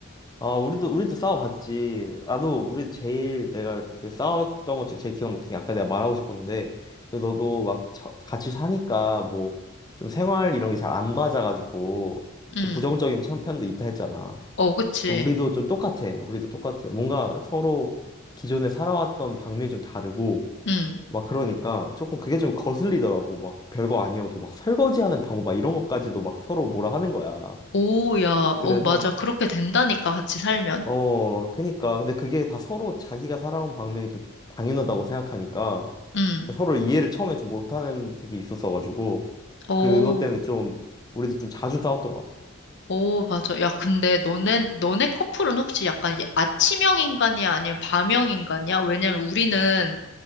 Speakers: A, on the left; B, on the left.
A: 아, 우리도, 우리도 싸워봤지. 나도, 우리 제일 내가 그 싸웠던 것 중에 제일 기억났던 게 아까 내가 말하고 싶었는데, 그 너도 막 처- 같이 사니까 뭐 좀 생활 이런 게 잘 안 맞아가지고
B: 응,
A: 좀 부정적인 천- 편도 있다 했잖아.
B: 어, 그치.
A: 그 우리도 좀 똑같아. 우리도 똑같아. 뭔가 서로 기존에 살아왔던 방면이 좀 다르고,
B: 응.
A: 막 그러니까 조금 그게 좀 거슬리더라고. 막 별거 아니어도 막 설거지하는 방법 막 이런 것까지도 막 서로 뭐라 하는 거야.
B: 오, 야,
A: 그래서
B: 오, 맞아. 그렇게 된다니까, 같이 살면.
A: 어, 그니까. 근데 그게 다 서로 자기가 살아온 방면이 좀 당연하다고 생각하니까
B: 음,
A: 서로 이해를 처음에 좀 못하는 그게 있었어가지고
B: 오,
A: 그것 때문에 좀 우리도 좀 자주 싸웠던 것 같아.
B: 오, 맞아. 야, 근데 너네, 너네 커플은 혹시 약간 이게 아침형 인간이야? 아니면 밤형 인간이야? 왜냐면 우리는